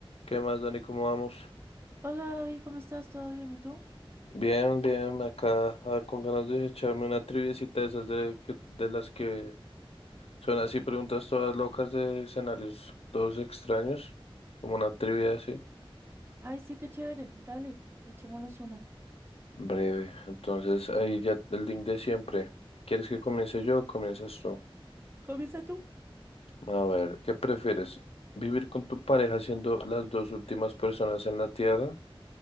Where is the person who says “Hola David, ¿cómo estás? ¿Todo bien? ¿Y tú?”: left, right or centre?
Right